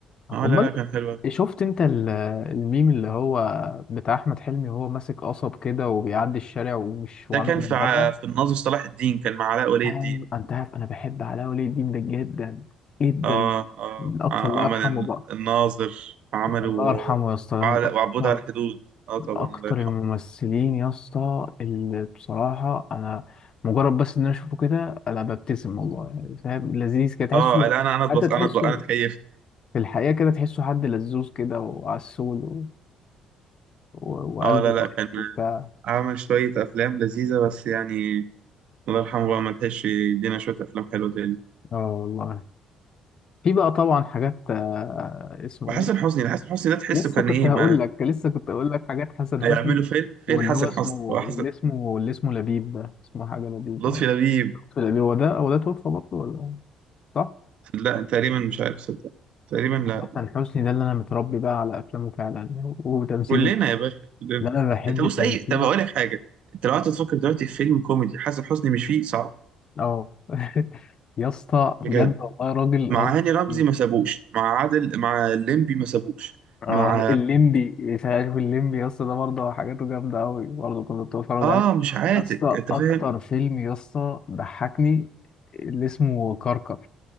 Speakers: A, on the right; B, on the left.
A: اه
B: امال
A: لا لا كان حلو أوي.
B: شفت انت ال- الميم اللي هو بتاع احمد حلمي وهو ماسك قصب كده وبيعدي الشارع ومش
A: ده
B: وعامل
A: كان
B: من
A: في ع-
B: بالها
A: في الناظر صلاح الدين كان مع علاء ولي
B: أيوة،
A: الدين
B: انت عارف انا بحب علاء ولي الدين ده جدا جدا
A: اه اه
B: من اقصى
A: ع-
B: الله
A: عمل
B: يرحمه
A: الن-
B: بقى
A: الناظر عملوا
B: الله يرحمه
A: آه،
B: يا اسطى ده
A: وعلاء-
B: من اكتر
A: وعبود على الحدود اه
B: من
A: طبعا
B: اكتر
A: الله يرحمه
B: الممثلين يا اسطى اللي بصراحه انا مجرد بس ان انا اشوفه كده انا ببتسم والله يعني فاهم لذيذ كده تحسه
A: اه لا انا انا اتبص
B: حتى تحسه
A: انا اتبص انا اتكيفت
B: في الحقيقه كده تحسه حد لذوذ كده وعسول و... و... وقلبه
A: اه لا
B: طيب
A: لا كان
B: وبتاع
A: عمل شوية أفلام لذيذة بس يعني الله يرحمه بقى ما لحقش يدينا شوية أفلام حلوة تاني
B: اه والله في بقى طبعا حاجات آه، اسمه
A: وحسن
B: ايه
A: حسني حسن حسني ده تحسه
B: لسه
A: كان
B: كنت
A: إيه
B: هقول
A: ما
B: لك لسه كنت هقول لك حاجات حسن
A: هيعملوا
B: حسني
A: فيلم فين
B: واللي
A: حسن
B: هو اسمه
A: حسني هو
B: اللي
A: حسن
B: اسمه اللي اسمه لبيب ده اسمه حاجه لبيب
A: لطفي
B: في
A: لبيب
B: القديم. هو ده هو ده توفى برضه ولا صح؟
A: لا تقريبا مش عارف صدق تقريبا لا
B: حسن حسني ده اللي انا متربي بقى على افلامه فعلا وتمثيله
A: كلنا
B: ده
A: يا باشا كلنا
B: ده انا بحب
A: أنت بص
B: تمثيله
A: أي طب أقول لك حاجة أنت لو قعدت تفكر دلوقتي في فيلم كوميدي حسن حسني مش فيه صعب
B: اه <laughs> يا اسطى بجد
A: بجد
B: والله راجل
A: مع
B: راجل
A: هاني رمزي
B: كتير.
A: ما سابوش مع عادل مع الليمبي ما سابوش
B: اه
A: مع
B: الليمبي شايف الليمبي يا اسطى ده برضه حاجاته جامده قوي برضه كنت بتفرج
A: اه
B: عليه
A: مش عاتق
B: يا اسطى
A: انت
B: اكتر
A: فاهم
B: فيلم يا اسطى ضحكني اللي اسمه كركر